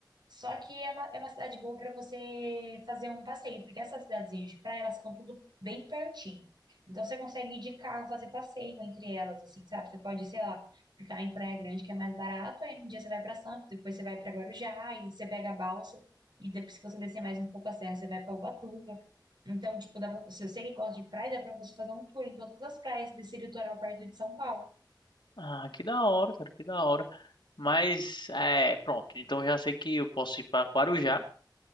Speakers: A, on the right; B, on the left.
A: só que é uma, é uma cidade boa para você fazer um passeio, porque essas cidadezinhas de praia, elas ficam tudo bem pertinho. Então você consegue ir de carro fazer passeio entre elas, assim, sabe? Você pode, sei lá, ficar em Praia Grande, que é mais barato, aí um dia você vai para Santos, depois você vai para Guarujá, e você pega a balsa, e depois, se você descer mais um pouco a serra, você vai para Ubatuba. Então, tipo, dá pra, se você que gosta de praia, dá para você fazer um tour em todas as praias desse litoral perto de São Paulo.
B: Ah, que da hora, cara, que da hora. Mas, é, pronto, então eu já sei que eu posso ir pra Guarujá